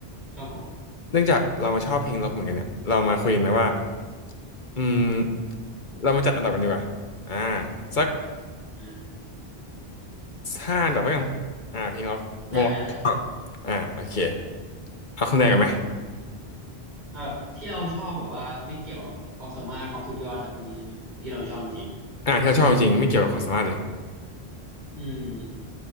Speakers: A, on the right (about 45°); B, on the left (about 50°).
A: ครับผม
B: เนื่องจากเรามาชอบเพลงล็อกเหมือนกันเนี่ยเรามาคุยกันไหมว่าอืมเรามาจัดอันดับกันดีกว่าอ่า
A: อืม
B: สัก
A: อ่า
B: ห้าอันดับแล้วกันอ่าเพลงล็อกวงล็อกอ่าโอเค
A: ได้ได้
B: เอาคนแรกกันไหม
A: เออที่เราชอบแบบว่าไม่เกี่ยวกับความสามารถความสุดยอดอะไรพวกนี้ใช่ไหมแบบที่เราชอบจริง
B: อ่าที่เราชอบจริงๆไม่เกี่ยวกับความสามารถเลย
A: ๆอืม